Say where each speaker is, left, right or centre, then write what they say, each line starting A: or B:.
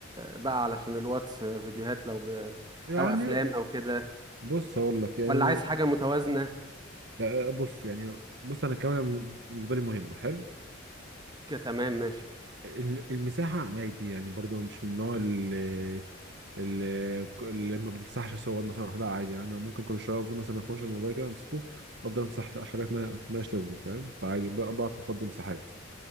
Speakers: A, on the right; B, on the right.
A: بقى علشان الواتس آه، فيديوهات لو ب...
B: يعني
A: او افلام او كده
B: بص اقول لك يعني
A: ولا عايز حاجه متوازنه
B: آه، آه، بص يعني بص انا الكاميرا بالنسبه لي مهمه حلو
A: كتمام ماشي
B: ال- المساحة عادي يعني برضو مش من النوع اللي اللي اللي ما بمسحش صور مثلا لا عادي يعني أنا ممكن كل شوية أفضل مثلا أخش الموبايل كده أمسكه أفضل أمسح حاجات ما مالهاش لازمة فاهم فعادي ب- بعرف أفضي مساحات